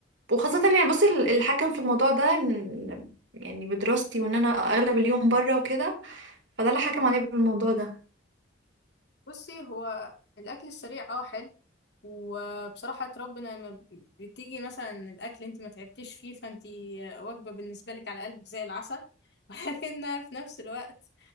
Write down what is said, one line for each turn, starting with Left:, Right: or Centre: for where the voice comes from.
Right: وخاصة يعني بصي ال- الحكم في الموضوع ده إن- يعني بدراستي وان انا اغلب اليوم بره وكده فده اللي حكم عليا بالموضوع ده
Left: بصي هو الأكل السريع اه حلو وبصراحة ربنا لما ب- بتيجي مثلا الأكل انت ما تعبتيش فيه فانت آه، وجبة بالنسبة لك على قلبك زي العسل <laughs> ولكن في نفس الوقت